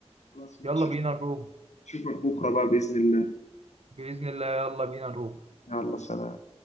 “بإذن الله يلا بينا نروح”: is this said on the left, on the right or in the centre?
Right